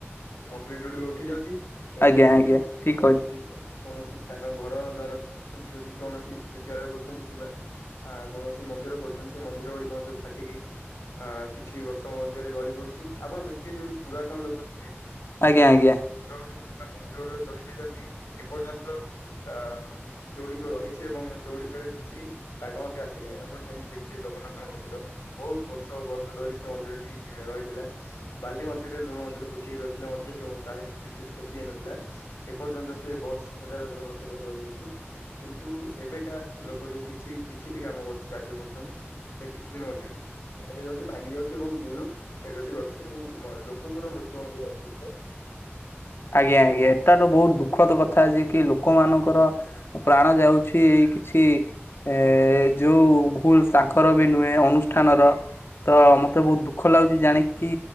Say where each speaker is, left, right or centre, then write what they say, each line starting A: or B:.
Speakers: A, on the left; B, on the left.
A: କଂକ୍ରିଟ ଗୁଡିକ ଉଠି ଯାଉଛି। ଏବଂ
B: ଆଜ୍ଞା
A: ଯଦି
B: ଆଜ୍ଞା
A: କୌଣସି
B: ଠିକ କହିଲେ
A: କୌଣସି ସ୍ଥାନ ଘର ଦ୍ଵାରା କରୁଛନ୍ତି ଯଦି କୌଣସି ବିଦ୍ୟାଳୟ କରୁଛନ୍ତି କିମ୍ବା ଆ କୌଣସି ମନ୍ଦିର କରୁଛନ୍ତି ସେ ମନ୍ଦିର ଗୁଡିକ ମଧ୍ୟ ଫାଟିକି ଅ କିଛି ବର୍ଷ ମଧ୍ୟରେ ଗଳି ପଡୁଛି ଆପଣ ଦେଖୁଥିବେ ଯୋଉ ପୁରାତନ ଲୋକ ଥିଲେ
B: ଆଜ୍ଞା ଆଜ୍ଞା।
A: ର ଗୁଡିକ କିମ୍ବା ମନ୍ଦିର ଗୁଡିକ ତୋଳି ଯାଇଛନ୍ତି ଏପର୍ଯ୍ୟନ୍ତ ଅ ସେଗୁଡିକ ରହିଛି ଏବଂ ସେଗୁଡ଼ିକରେ କିଛି ଦାଗ ମଧ୍ୟ ଆସିନି ଆପଣ ଯେମିତି ଦେଖଥିବେ ଜଗନ୍ନାଥଙ୍କ ମନ୍ଦିର ବହୁତ ବର୍ଷ ବର୍ଷ ଧରି ସେ ମନ୍ଦିରଟି ରହିଥିଲା। ବାଲି ମଧ୍ୟରେ ଲୁଣ ମଧ୍ୟରେ ପୋତିକି ରହିଥିଲେ ମଧ୍ୟ ସେ ତାର କିଛି ବିଶେଷ କ୍ଷତି ହେଇନଥିଲା ଏପର୍ଯ୍ୟନ୍ତ ସେ ବସ୍ ହଜାର ହଜାର ବର୍ଷ ଧରିି ରହି ଆସିଛି। କିନ୍ତୁ ଏବେକା ଲୋକ ଯୋଉ କିଛି କିଛିଟି କାମ କରୁଛି କାର୍ଯ୍ୟ କରୁଛନ୍ତି ସେ କିଛି ଦିନ ମଧ୍ୟରେ ଖରାପ ହେଇଯାଉଛି ଭାଙ୍ଗି ଯାଉଛି ଏବଂ ବିଭିନ୍ନ କ୍ଷୟକ୍ଷତି ଘଟୁଛି ଏବଂ ଲୋକଙ୍କର ମୃତ୍ୟୁ ମଧ୍ୟ ହଉଛି ଏଥିରେ।
B: ଆଜ୍ଞା ଆଜ୍ଞା ଏତାଟ ବହୁତ ଦୁଃଖଦ କଥା ଯିଏ କି ଲୋକ ମାନଙ୍କର ପ୍ରାଣ ଯାଉଛି କିଛି ଏ ଯୋଉ ଭୁଲ ତାଙ୍କର ବି ନୁହେଁ ଅନୁଷ୍ଠାନର। ତ ମତେ ବହୁତ ଦୁଃଖ ଲାଗୁଛି ଜାଣିକି